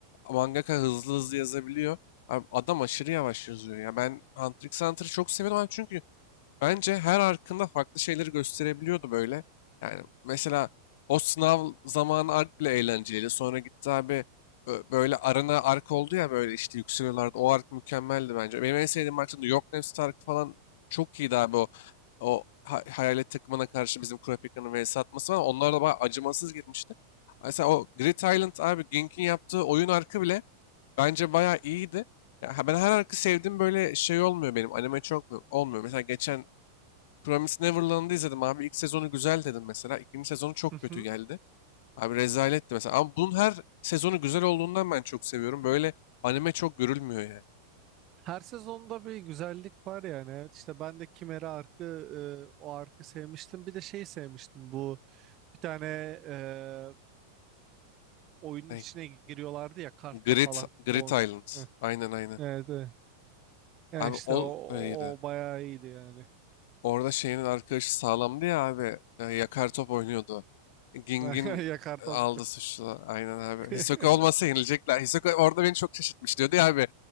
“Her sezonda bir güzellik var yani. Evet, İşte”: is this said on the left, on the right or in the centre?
Right